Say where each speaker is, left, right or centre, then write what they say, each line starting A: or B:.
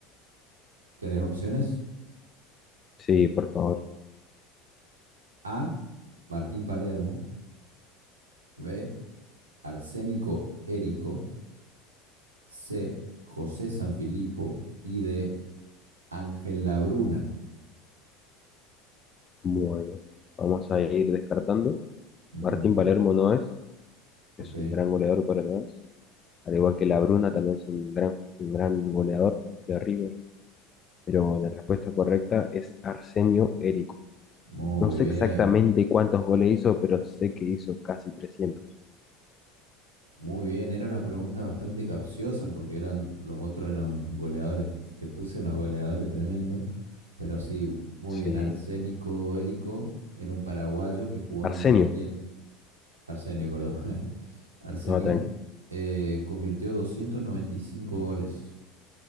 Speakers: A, on the right; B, on the left.
A: ¿Querés opciones?
B: Sí, por favor.
A: A, Martín Palermo. B, Arsénico Érico, C. José Sanfilippo y de Ángel Labruna.
B: Bueno, vamos a ir descartando.
A: Ujú,
B: Martín Palermo no es,
A: Ok,
B: es un gran goleador, pero no es. Al igual que La Bruna también es un gran, un gran goleador de River. pero la respuesta correcta es Arsenio Érico.
A: muy
B: No sé
A: bien,
B: exactamente cuántos goles hizo, pero sé que hizo casi trescientos
A: muy bien. Era una pregunta bastante capciosa porque eran, los otros eran goleadores, que te puse unos goleadores tremendos, pero sí, muy
B: Sí,
A: bien. Arsénico Érico era un paraguayo que jugó
B: Arsenio,
A: en Independiente. Arsenio, perdón. <laughs> Arsenio
B: no, tranqui,
A: eh, convirtió 295 goles,